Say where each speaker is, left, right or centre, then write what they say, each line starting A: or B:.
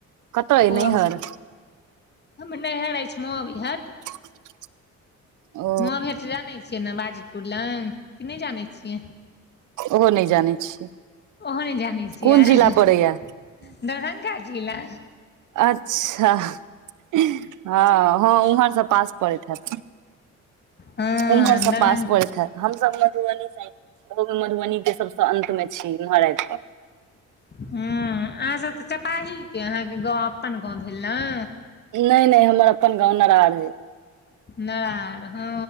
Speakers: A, on the right; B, on the left.
A: कतऽ अइ
B: ओ
A: नैहर
B: हम नैहर अछि मोविहाट
A: <inaudible> ओ
B: माँभेट जानै छियै न बाजीपुर लग कि नहि जानै छियै
A: ओहो नहि जानै छियै
B: ओहो नहि जानैत छियै
A: कोन जिला पड़ैया
B: दरभंगा जिला
A: अच्छा हँ हँ उम्हर स पास पड़ैत हैत
B: दरभंगा
A: उम्हर स पासपरैत हैत हमसभ मधुबनी साइड मे ओहोमे मधुबनी के सबसँ अंत मे छी इम्हर आबि क
B: ह अहाँसभ तऽ चपाहीके अहाँके गाँव अपन गाँव भेल ने
A: नहि नहि हमर अपन गाँंव नारार भेल
B: नारार हँ